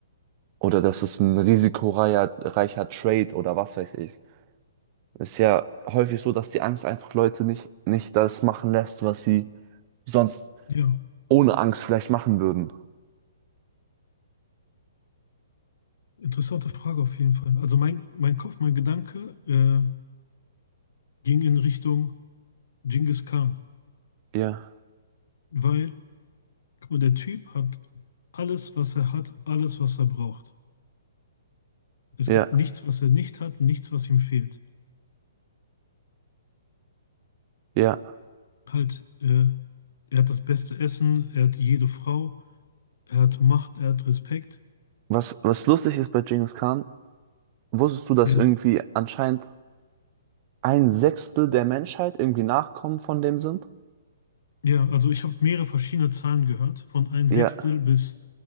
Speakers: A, on the right (about 35°); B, on the left (about 65°).
A: Oder dass es ein risikoreicher reicher Trade oder was weiß ich. Ist ja häufig so, dass die Angst einfach Leute nicht, nicht das machen lässt, was sie sonst
B: ja,
A: ohne Angst vielleicht machen würden.
B: interessante Frage auf jeden Fall. Also mein, mein Kopf, mein Gedanke, äh, ging in Richtung Genghis Khan,
A: Ja,
B: weil Guck mal, der Typ hat alles, was er hat, alles, was er braucht. Es
A: ja,
B: gibt nichts, was er nicht hat, nichts, was ihm fehlt.
A: ja.
B: Halt, äh, er hat das beste Essen, er hat jede Frau, er hat Macht, er hat Respekt.
A: Was, was lustig ist bei Genghis Khan, wusstest du, dass
B: Ja,
A: irgendwie anscheinend Ein Sechstel der Menschheit irgendwie Nachkommen von dem sind?
B: ja, also ich habe mehrere verschiedene Zahlen gehört. Von ein
A: Ja,
B: Sechstel bis